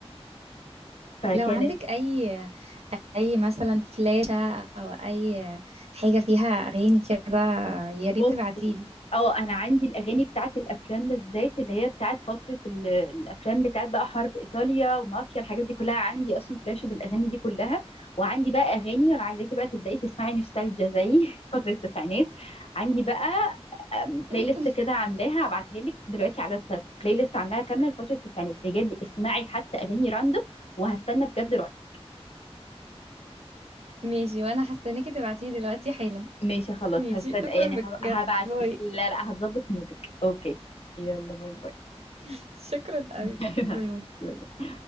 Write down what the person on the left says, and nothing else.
فكانت
بصي
اه انا عندي الاغاني بتاعت الافلام بالذات اللي هي بتاعت فتره ال- الافلام بتاعت بقى حرب ايطاليا ومافيا الحاجات دي كلها عندي اصلا فلاشه بالاغاني دي كلها وعندي بقى اغاني وانا عايزاكي بقى تبداي تسمعي نوستالجيا زي <laughs> فتره التسعينات عندي بقى أم، بلاي
ليست كده عاملاها هبعتها لك دلوقتي على الواتساب بلاي ليست عاملاها كامله لفتره التسعينات بجد اسمعي حتى اغاني راندوم وهستنى بجد رايك
ماشي خلاص
هستنى
يعني هب-
هبعت
لك لا لا هتظبط مودك اوكي يلا باي باي
<laughs>
<applause> لا